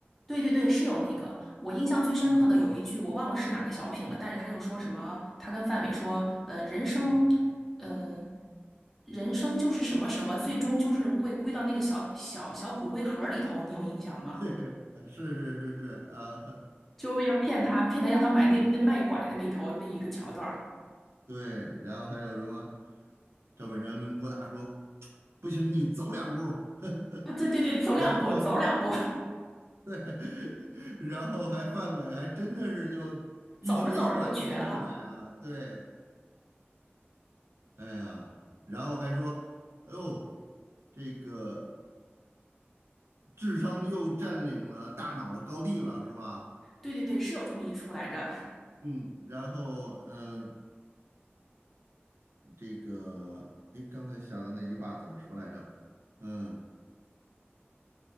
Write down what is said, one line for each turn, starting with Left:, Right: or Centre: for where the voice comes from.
Centre: 对对对，是有那个，我印象最深刻的有一句我忘了是哪个小品了，
Right: 嗯
Centre: 但是他就说什么，他跟范伟说，呃，人生，
Right: 嗯，
Centre: 呃，人生就是什么什么，最终就是会归到那个小小小骨灰盒里头，你有印象吗？
Right: <laughs> 对，是是是是啊，
Centre: 就为了骗他，骗他让他买那那卖拐的里头那一个桥段儿。
Right: <laughs> 对，然后还有什么？赵本山跟郭达说：“不行，你走两步 <laughs> 儿。”
Centre: <laughs> 啊，对对对，
Right: <laughs>
Centre: 走两步，
Right: 然后
Centre: 走两步，
Right: 对，<laughs> 然后还范伟还真的是就一瘸一拐的走起来了。
Centre: 走着走着就瘸了。
Right: 对，哎呀，然后还说：“哎呦，这个智商又占领了大脑的高地了，是吧？”
Centre: 对对对，是有这么一出来着。
Right: 嗯，然后嗯，这个哎，刚才想的那句话怎么说来着？嗯。